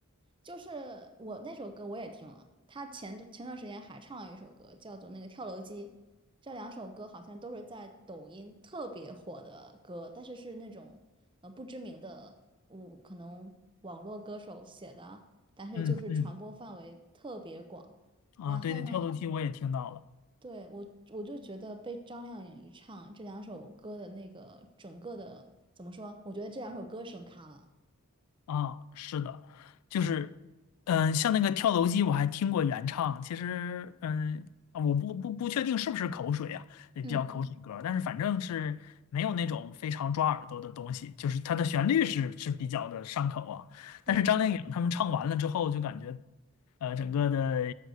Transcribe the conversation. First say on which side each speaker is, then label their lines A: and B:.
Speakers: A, on the right; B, on the left.
A: 就是我那首歌我也听了，他前段前段时间还唱了一首歌，叫做那个《跳楼机》，这两首歌好像都是在抖音特别火的歌，但是是那种呃不知名的，我可能网络歌手写的，但是就是传播范围特别广。
B: 嗯嗯啊，
A: 然后呢，
B: 对，那跳楼机我也听到了。
A: 对，我我就觉得被张靓颖一唱，这两首歌的那个整个的怎么说？我觉得这两首歌声卡了。
B: 啊，是的，就是，嗯，像那个跳楼机，我还听过原唱。其实，嗯，啊我不不不确定是不是口水啊，也比较口水歌儿但是反正是没有那种非常抓耳朵的东西，
A: 嗯
B: 就是它的旋律是是比较的上口啊。
A: 嗯。
B: 但是张靓颖他们唱完了之后，就感觉，呃，整个的